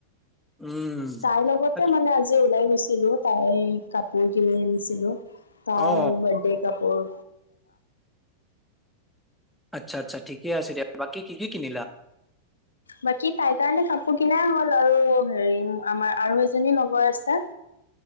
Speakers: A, in the centre; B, on the left.
A: উম
B: তাইৰ লগতে
A: আচ্ছা,
B: মানে আজি ওলাই গৈছিলো। তাই কাপোৰ কিনি আনিছিলোঁ তাইৰ
A: অ
B: বাৰ্থডে কাপোৰ
A: আচ্ছা, আচ্ছা ঠিকে আছে দিয় বাকী কি, কি কিনিলা?
B: বাকী তাই কাৰণে কাপোৰ কিনাই হ'ল আৰু হেৰি আমাৰ আৰু এজনী লগৰ আছে।